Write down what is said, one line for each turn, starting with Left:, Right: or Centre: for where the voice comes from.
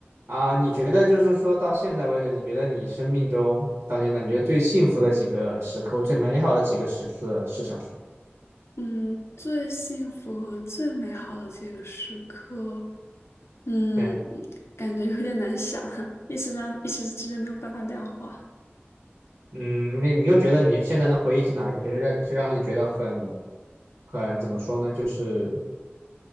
Right: 啊，你觉得就是说到现在为止，你觉得你生命中到现在，你觉得最幸福的几个时刻，最美好的几个时刻是什么？
Left: 嗯，最幸福和最美好的这个时刻，嗯，
Right: 对，
Left: 感觉有点难想啊，一时半一时之间没有办法量化。
Right: 嗯，你你又觉得你现在的回忆起哪一些让就让你觉得很很怎么说呢？就是